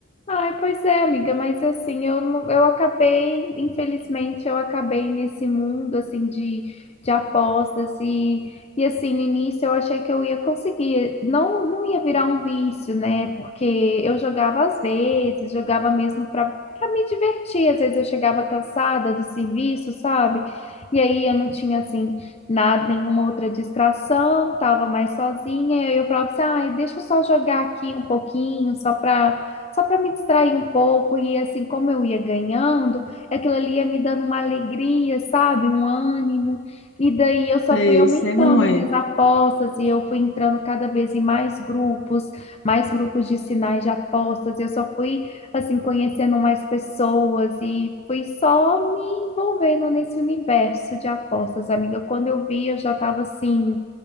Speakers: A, on the left; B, on the left.
A: Ai, pois é, amiga, mas assim, eu, não- eu acabei, infelizmente, eu acabei nesse mundo, assim, de, de apostas e, e, assim, no início eu achei que eu ia conseguir, não, não ia virar um vício, né, porque eu jogava às vezes, jogava mesmo para para me divertir, às vezes eu chegava cansada do serviço, sabe, e aí eu não tinha, assim, nada, nenhuma outra distração, tava mais sozinha, e eu falava assim, ai, deixa eu só jogar aqui um pouquinho, só para só para me distrair um pouco. E assim, como eu ia ganhando, aquilo ali ia me dando uma alegria, sabe? Um ânimo. E daí eu só
B: Sei,
A: fui aumentando
B: sei como é.
A: minhas apostas e eu fui entrando cada vez em mais grupos, mais grupos de sinais de apostas. E eu só fui, assim, conhecendo mais pessoas e fui só me envolvendo nesse universo de apostas, amiga. Quando eu vi, eu já estava assim